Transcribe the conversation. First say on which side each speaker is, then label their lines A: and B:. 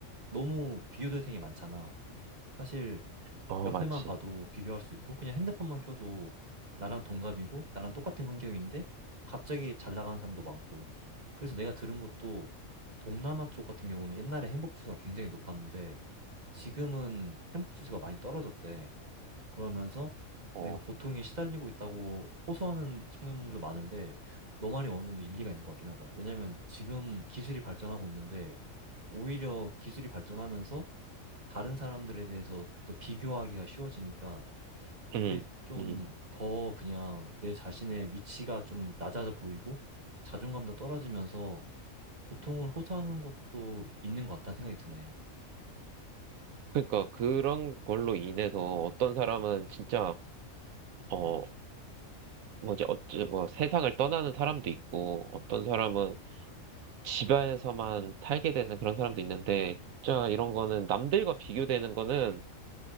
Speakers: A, on the right; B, on the right.
A: 너무 비교 대상이 많잖아. 사실
B: 어,
A: 옆에만
B: 많지.
A: 봐도 비교할 수 있고 그냥 핸드폰만 켜도 나랑 동갑이고 나랑 똑같은 환경인데 갑자기 잘 나가는 사람도 많고 그래서 내가 들은 것도 동남아 쪽 같은 경우는 옛날에 행복 지수가 굉장히 높았는데 지금은 행복 지수가 많이 떨어졌대. 그러면서
B: 어,
A: 내가 고통에 시달리고 있다고 호소하는 청년들도 많은데 너 말이 어느 정도 일리가 있는 것 같긴 하다. 왜냐면 지금 기술이 발전하고 있는데 오히려 기술이 발전하면서 다른 사람들에 대해서 좀 더 비교하기가 쉬워지니까 이게
B: 음,
A: 좀
B: 음.
A: 더 그냥 내 자신의 위치가 좀 낮아져 보이고 자존감도 떨어지면서 고통을 호소하는 것도 있는 것 같다는 생각이 드네.
B: 그러니까 그런 걸로 인해서 어떤 사람은 진짜 어 뭐지 어째 뭐 세상을 떠나는 사람도 있고 어떤 사람은 집안에서만 살게 되는 그런 사람도 있는데, 진짜 이런 거는 남들과 비교되는 거는,